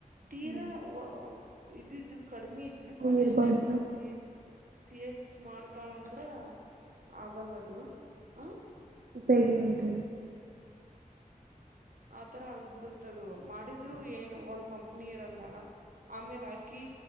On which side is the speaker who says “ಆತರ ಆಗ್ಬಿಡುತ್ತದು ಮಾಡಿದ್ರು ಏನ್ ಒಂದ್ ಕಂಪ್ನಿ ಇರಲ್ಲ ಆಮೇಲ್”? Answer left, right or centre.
Right